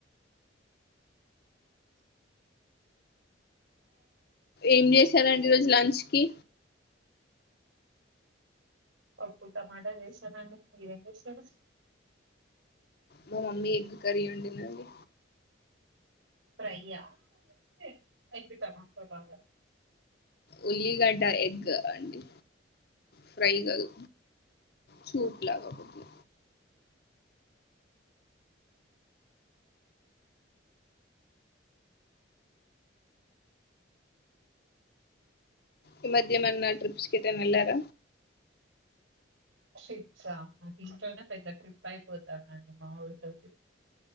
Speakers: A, on the left (about 55°); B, on the right (about 80°).
A: ఏం జేశారండి ఇ రోజ్ లంచ్ కి
B: పప్పు టమాట జేసామండి మీరేం జేశారు
A: మ మమ్మీ ఎగ్ కర్రీ వండిందండి
B: ఫ్రై ఆ లేక్పోతె ఎగ్గ్ టమాటో లాగ
A: ఉల్లిగడ్డ ఎగ్గ్ అండి ఫ్రై గాదు సూప్లాగ కొద్దిగ ఇ మధ్యేమన్న ట్రిప్స్కెటన్నెల్లార
B: ట్రిప్స నాకింట్లోనె పెద్ద ట్రిప్పపోతాందండి మావోళ్ళతో